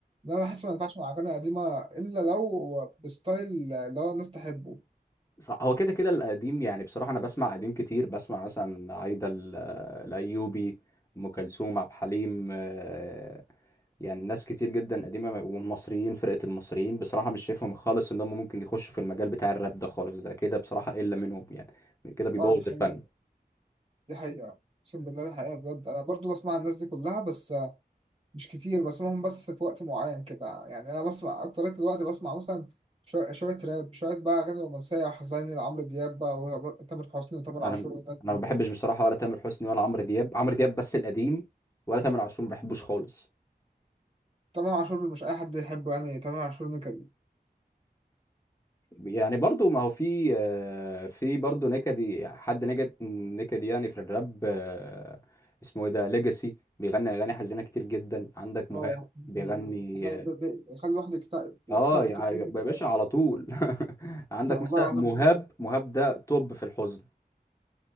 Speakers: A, on the right; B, on the left.
A: انا بحس ما ينفعش مع اغاني قديمه الا لو بستايل اللي هو الناس تحبه
B: صح هو كده كده القديم يعني بصراحة أنا بسمع قديم كتير بسمع مثلا عايدة ال- الأيوبي أم كلثوم عبد الحليم آه، يعني ناس كتير جدا قديمة والمصريين فرقة المصريين بصراحة مش شايفهم خالص إن هم ممكن يخشوا في المجال بتاع الراب ده خالص ده كده بصراحة إلا منهم يعني كده بيبوظ
A: اه دي حقيقه
B: الفن
A: دي حقيقه اقسم بالله دي حقيقه بجد انا برضو بسمع الناس دي كلها بس مش كتير بسمعهم بس في وقت معين كده يعني انا بسمع اكترية الوقت بسمع مثلا شويه شويه راب شويه بقى اغاني رومانسيه وحزيني لعمرو دياب بقى وتامر حسني وتامر
B: أنا
A: عاشور والناس
B: أنا
A: دي
B: ما بحبش بصراحة ولا تامر حسني ولا عمرو دياب عمرو دياب بس القديم ولا تامر عاشور ما بحبوش خالص
A: تامر عاشور مش اي حد يحبه يعني تامر عاشور نكد
B: يعني برضو ما هو في آه، في برضو نكدي حد نكد نكدي يعني في الراب آه، اسمه ايه ده ليجاسي بيغني اغاني حزينه كتير جدا عندك مهاب
A: اه دي
B: بيغني
A: حقيقة دي حقيقة. ب- ب- يخلي الواحد يكتئب يكتئب
B: اه آه، يا
A: كده
B: يا
A: يجري
B: باشا
A: في حياته.
B: على طول <laughs> عندك
A: ده والله
B: مثلا
A: العظيم
B: مهاب مهاب ده توب في الحزن